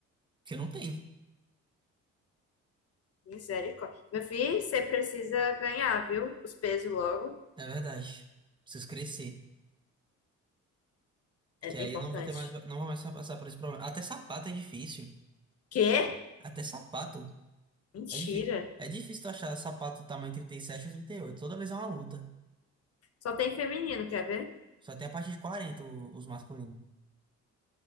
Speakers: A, on the right (about 15°); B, on the left (about 55°).
A: Porque não tem,
B: Misericórdia. Meu filho, você precisa ganhar, viu? Os pesos logo.
A: é verdade. Preciso crescer.
B: É,
A: Que aí
B: é importante.
A: eu não vou ter mais, não vou mais passar por esse problema. Até sapato é difícil.
B: Quê?
A: Até sapato
B: Mentira.
A: é difícil. É difícil tu achar sapato tamanho 37 ou trinta e oito Toda vez é uma luta.
B: Só tem feminino, quer ver?
A: Só tem a partir de 40 o- os masculinos.